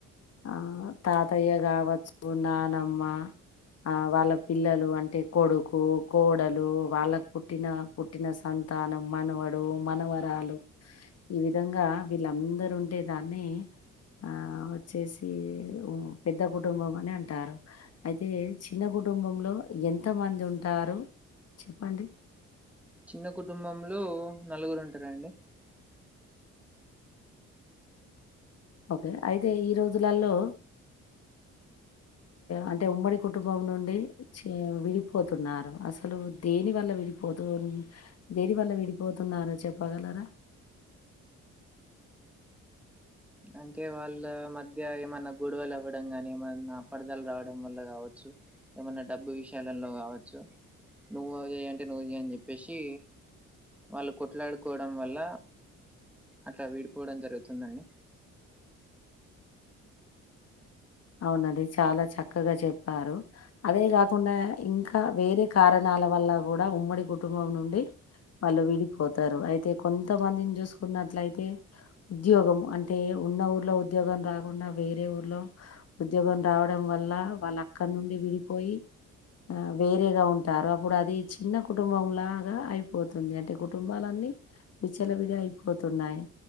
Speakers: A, on the left (about 55°); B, in the centre.
A: ఆ తాతయ్య గావచ్చు నానమ్మ ఆ వాళ్ళ పిల్లలు అంటే కొడుకు కోడలు వాళ్ళకు పుట్టిన పుట్టిన సంతానం మనవడు మనవరాలు ఈ విధంగా వీళ్ళందరు ఉంటే దాన్ని ఆ వచ్చేసి ఓ పెద్ద కుటుంబం అని అంటారు అయితే చిన్న కుటుంబంలో ఎంత మంది ఉంటారు చెప్పండి
B: చిన్న కుటుంబంలో నలుగురు ఉంటారండి
A: ఓకే అయితే ఈ రోజులలో అంటే ఉమ్మడి కుటుంబం నుండి చే విడిపోతున్నారు అసలు దేని వల్ల విడిపోతు దేని వల్ల విడిపోతున్నారో చెప్పగలరా
B: అంటే వాళ్ళ మధ్య ఏమన్నా గొడవలు అవ్వడం గాని ఏమన్నా అపార్ధాలు రావడం వల్ల కావచ్చు ఏమన్నా డబ్బు విషయాలలో కావచ్చు నువ్వు ఏంటి నువ్వుది అని చెప్పేసి వాళ్ళు కొట్లాడుకోవడం వల్ల అట్లా విడిపోవడం జరుగుతుందండి
A: అవునండి చాలా చక్కగా చెప్పారు అదే కాకుండా ఇంకా వేరే కారణాల వల్ల కూడా ఉమ్మడి కుటుంబం నుండి వాళ్ళు విడిపోతారు అయితే కొంతమందిని చూసుకున్నట్లయితే ఉద్యోగం అంటే ఉన్న ఊర్లో ఉద్యోగం రాకుండా వేరే ఊర్లో ఉద్యోగం రావడం వల్ల వాళ్ళ అక్కడనుండి విడిపోయి ఆ వేరేగా ఉంటారు అప్పుడు అది చిన్న కుటుంబంలాగా అయిపోతుంది అంటే కుటుంబాలన్నీ విచలవిడి అయిపోతున్నాయి